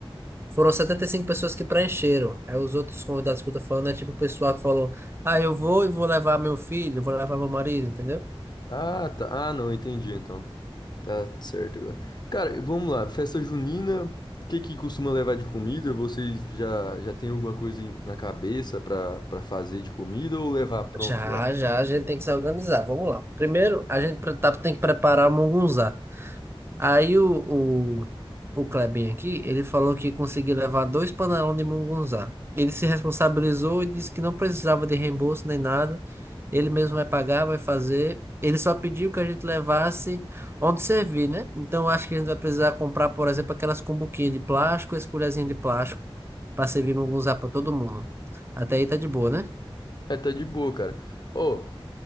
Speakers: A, on the right (about 25°); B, on the left (about 45°).
A: Foram 75 pessoas que preencheram. Aí os outros convidados que eu tô falando é tipo o pessoal que falou: Ah, eu vou e vou levar meu filho, vou levar meu marido, entendeu?
B: Ah, tá. Ah, não, entendi então. Tá certo agora. Cara, vamos lá. Festa junina, o que que costuma levar de comida? Vocês já já tem alguma coisa em- na cabeça pra para fazer de comida ou levar pronto
A: Já,
B: já?
A: já, a gente tem que se organizar. Vamos lá. Primeiro, a gente pre- tá, tem que preparar o Mungunzá. Aí o, o, o Klebin aqui, ele falou que conseguiu levar dois panelões de mungunzá. Ele se responsabilizou e disse que não precisava de reembolso nem nada. Ele mesmo vai pagar, vai fazer. Ele só pediu que a gente levasse onde servir, né? Então eu acho que a gente vai precisar comprar, por exemplo, aquelas cumbuquinhas de plástico, as colherzinhas de plástico, para servir mungunzá para todo mundo. Até aí tá de boa, né?
B: É, tá de boa, cara. Ô,